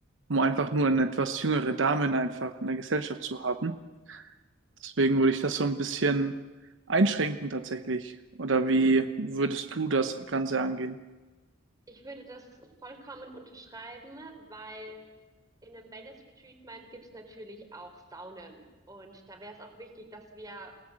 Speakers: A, on the right; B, on the right.
A: um einfach nur eine etwas jüngere Dame einfach in der Gesellschaft zu haben. Deswegen würde ich das so ein bisschen einschränken tatsächlich. Oder wie würdest du das Ganze angehen?
B: Ich würde das vollkommen unterschreiben, weil In einem Wellness-Retreatment gibt's natürlich auch Saunen. Und da wäre es auch wichtig, dass wir